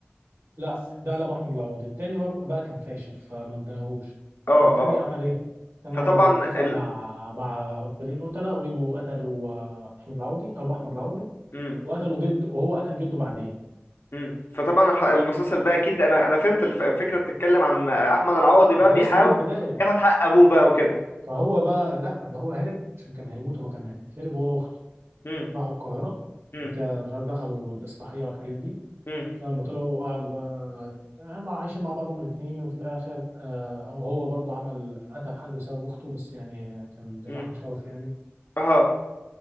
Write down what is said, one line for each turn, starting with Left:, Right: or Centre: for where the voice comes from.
Right: لا ده لابو احمد العوده التاني بر- بقى كان فاشل فما اداهوش
Left: اه
Right: فالتاني
Left: اه
Right: عمل ايه؟ التاني
Left: فطبعا
Right: عمل ايه؟ اتفق
Left: ال...
Right: مع مع قتالين قتله ويجوا قتلوا آه، احمد العوضي ابو احمد العوضي
Left: امم
Right: وقتلوا جده وهو قتل جده بعدين
Left: امم فطبعا الح... المسلسل بقى اكيد انا انا فهمت الف... الفكره بتتكلم عن احمد العوضي بقى
Right: ده
Left: بيحاول
Right: لسه دي البداية يعني.
Left: ياخد حق ابوه بقى وكده
Right: فهو بقى لا ده هو هرب عشان كان هيموت هو كمان هرب هو واخته
Left: امم
Right: راحوا القاهرة
Left: امم
Right: وكده مش عارف دخلوا الإصلاحية والحاجات دي
Left: امم
Right: فلما طلعوا قعدوا بقى يعني مع- عايشين مع بعضهم الاثنين وفي الآخر آه أو هو برضه عمل قتل حد بسبب أخته بس يعني كان دفاع
Left: امم
Right: عن شرف يعني
Left: اه